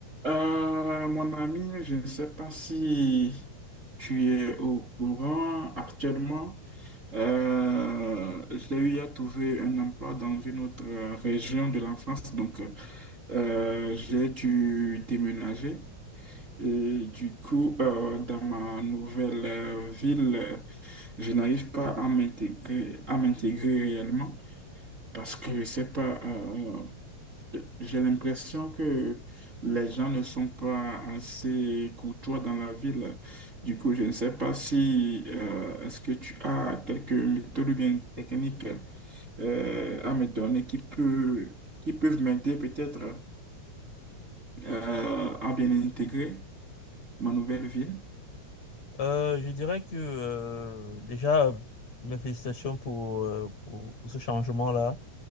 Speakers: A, on the right; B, on the left.
A: Euh, mon ami, je ne sais pas si tu es au courant actuellement. Euh, j'ai eu à trouver un emploi dans une autre région de la France, donc euh, j'ai dû déménager. Et du coup, euh, dans ma nouvelle euh, ville, euh, je n'arrive pas à m'intégrer, à m'intégrer réellement parce que je sais pas. euh, j'ai l'impression que les gens ne sont pas assez courtois dans la ville. Du coup, je ne sais pas si euh, est-ce que tu as quelques méthodes ou bien techniques euh, à me donner qui peut, qui peuvent m'aider peut-être euh, à bien intégrer ma nouvelle ville.
B: Euh, je dirais que euh, déjà, euh, mes félicitations pour, euh, pour, pour ce changement-là.